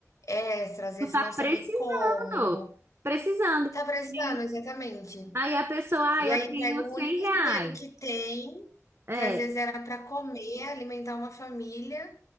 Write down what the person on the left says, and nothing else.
extra, às vezes
não saber
como.
Tá precisando,
exatamente.
E
aí
pega o
único
dinheiro que tem,
que às vezes era para comer, alimentar uma família,